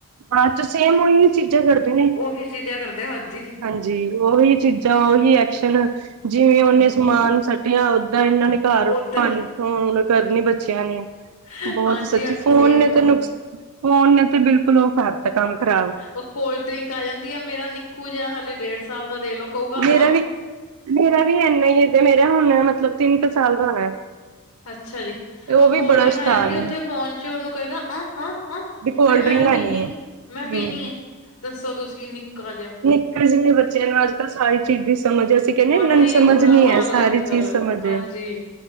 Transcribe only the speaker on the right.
ਬਾਦ ਚ ਸੇਮ ਉਹੀ ਚੀਜ਼ਾਂ ਕਰਦੇ ਨੇ।
ਹਾਂ ਜੀ। ਉਹੀ ਚੀਜ਼ਾਂ ਉਹੀ ਐਕਸ਼ਨ ਜਿਵੇਂ
ਉਹਨੇ ਸਮਾਨ ਸੁੱਟਿਆ ਓਦਾਂ ਇਹਨਾਂ ਨੇ। ਘਰ
ਭੰਣ ਕਰਨੀ ਬੱਚਿਆਂ ਨੇ
ਬਹੁਤ
ਸੱਚੀ
ਫੋਨ
ਨੇ
ਤੇ ਨੁਕਸ। ਫੋਨ ਨੇ ਤੇ ਬਿਲਕੁਲ ਉਹ ਕਰਤਾ ਕੰਮ ਖਰਾਬ।
ਮੇਰਾ ਵੀ ਮੇਰਾ ਵੀ ਇਨਾ ਹੀ ਏਦ ਮੇਰਾ ਹੁਣ ਮਤਲਬ ਤਿੰਨ ਕੁ ਸਾਲ ਦਾ ਹੋਣਾ।
ਤੇ
ਵੀ
ਬੜਾ
ਸ਼ੈਤਾਨ
ਏ
ਕੋਲਡ
ਡਰਿੰਕ ਲੈਣੀ
ਹੈ
ਹਮ
ਨਿੱਕੇ ਜਿੰਨੇ ਬੱਚਿਆਂ ਨੂੰ ਅੱਜ ਕੱਲ੍ਹ ਸਾਰੀ ਚੀਜ਼ ਦੀ ਸਮਝ ਆ। ਤੇ ਕਹਿੰਦੇ
ਇਹਨਾਂ ਨੂੰ
ਸਮਝ
ਨੀ
ਆ ਸਾਰੀ
ਚੀਜ਼ ਸਮਝ
ਹੈ।